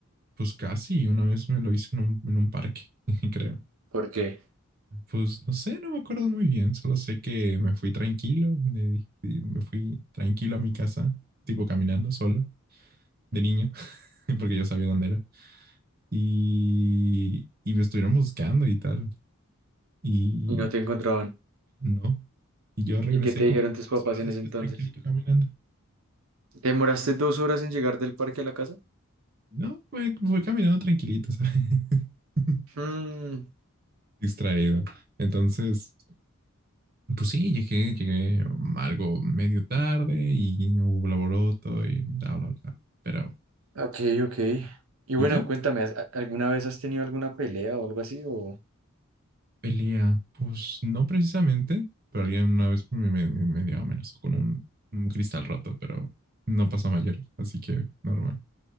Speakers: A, on the right (about 45°); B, on the right (about 75°).
A: Pues casi, una vez me lo hice en un, en un parque, <laughs> creo.
B: ¿Por qué?
A: Pues no sé, no me acuerdo muy bien, solo sé que me fui tranquilo, me, di- me fui tranquilo a mi casa, tipo caminando solo, de niño, <laughs> porque yo sabía dónde era. Y, y me estuvieron buscando y tal, y
B: Y no te encontraban.
A: no. Y yo regresé
B: ¿Y qué te
A: como
B: dijeron tus
A: dos
B: papás
A: horas
B: en
A: después
B: ese entonces?
A: tranquilito caminando.
B: ¿Te demoraste dos horas en llegar del parque a la casa?
A: No, fue, fue caminando tranquilito, ¿sabes? <laughs>
B: Mm,
A: Distraído. Entonces, Pues sí, llegué, llegué algo medio tarde y hubo laboroto y bla, bla, bla. Pero,
B: ok, ok. Y
A: ¿y
B: bueno,
A: tú?
B: cuéntame, ¿has- a- ¿alguna vez has tenido alguna pelea o algo así? O, o
A: Pelea, pues no precisamente, pero alguien una vez me, me, me dio menos con un, un cristal roto, pero no pasó a mayor, así que normal.